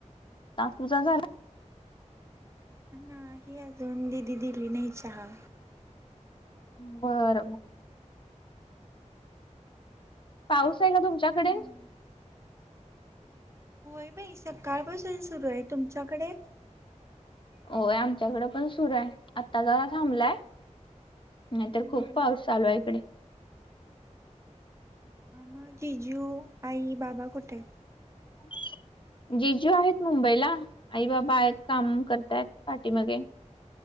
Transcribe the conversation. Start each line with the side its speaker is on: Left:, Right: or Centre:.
Left: ला तुझा झाला.
Right: नाही अजून दिदी दिली नाही चहा.
Left: बर. पाऊस आहे का तुमच्याकडे?
Right: हम्म, होय बाई सकाळ पाासून सुरू आहे तुमच्याकडे..
Left: होय आमच्याकडे पण सुरू आहे आता जरा थांबलाय.
Right: हम्म,
Left: नाही तर खूप पाऊस चालू आहे इकडे.
Right: म जिजू आई बाबा कुठेत?
Left: रिकामा ऑडिओ जिजू आहेत मुंबईला आई बाबा आहेत काम करताय पाठी मागे.